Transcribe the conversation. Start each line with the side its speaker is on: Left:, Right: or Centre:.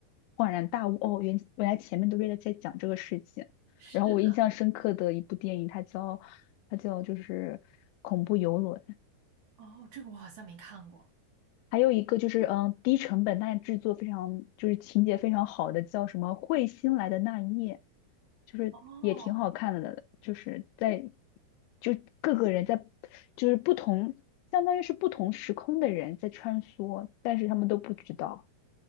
Left: 恍然大悟，哦，原原来前面都是在在讲这个事情。
Right: 是的，
Left: 然后我印象深刻的一部电影，它叫它叫就是《恐怖游轮》，
Right: 哦，这个我好像没看过。
Left: 还有一个就是，嗯，低成本但是制作非常就是情节非常好的，叫什么《彗星来的那一夜》，就是也挺好看的，
Right: 哦，
Left: 就是在就各个人在就是不同，相当于是不同时空的人在穿梭，但是他们都不知道。